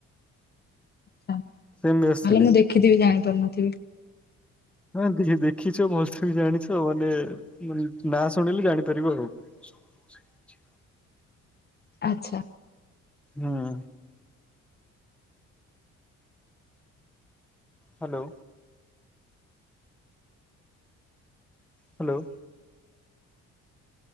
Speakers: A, on the left; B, in the centre.
A: ତାହେଲେ
B: ସେମିତି ଆସିଥିଲି।
A: ମୁଁ ଦେଖିଥିବି ଜାଣିପାରୁନଥିବି।
B: ହଁ ଦେ ଦେଖିଛ ଭଲସେ ବି ଜାଣିଛ ମାନେ ନାଁ ଶୁଣିଲେ ଜାଣିପାରିବ ଆଉ। <inaudible>
A: ଆଚ୍ଛା।
B: ହୁଁ। ହ୍ୟାଲୋ। ହ୍ୟାଲୋ।